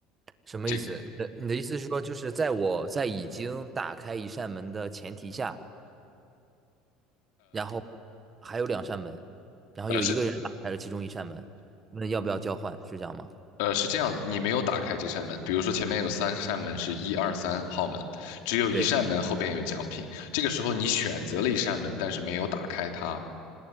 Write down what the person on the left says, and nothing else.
这
呃是。
呃，是这样子，你没有打开这扇门。比如说，前面有三扇门是一二三号门，只有一扇门后边有奖品。
这个时候你选择了一扇门，但是没有打开它，